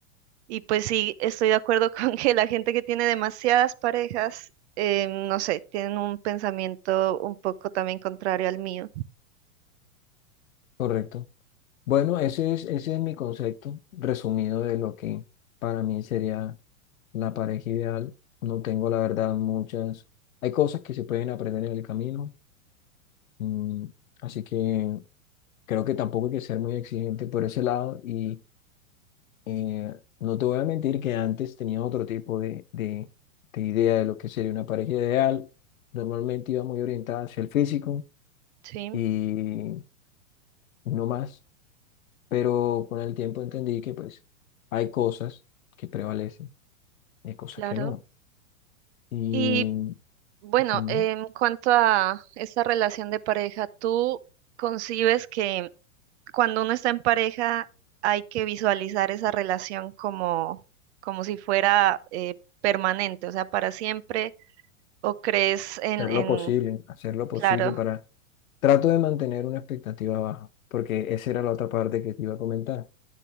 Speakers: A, on the right; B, on the left.
A: Y pues sí, estoy de acuerdo <laughs> con que la gente que tiene demasiadas parejas, eh, no sé, tienen un pensamiento un poco también contrario al mío.
B: Correcto. Bueno, ese es, ese es mi concepto resumido de lo que para mí sería la pareja ideal. No tengo, la verdad, muchas... Hay cosas que se pueden aprender en el camino, mm, así que creo que tampoco hay que ser muy exigente por ese lado y Eh, no te voy a mentir que antes tenía otro tipo de, de, de idea de lo que sería una pareja ideal. Normalmente iba muy orientada hacia el físico
A: Sí,
B: y no más, pero con el tiempo entendí que pues hay cosas que prevalecen y hay cosas
A: claro.
B: que no. Y
A: Y bueno,
B: ujú,
A: en cuanto a esta relación de pareja, ¿tú concibes que cuando uno está en pareja hay que visualizar esa relación como, como si fuera eh, permanente, o sea, para siempre? ¿O crees en,
B: hacer
A: en...
B: lo posible, hacer lo posible
A: Claro,
B: para... Trato de mantener una expectativa baja, porque esa era la otra parte que te iba a comentar.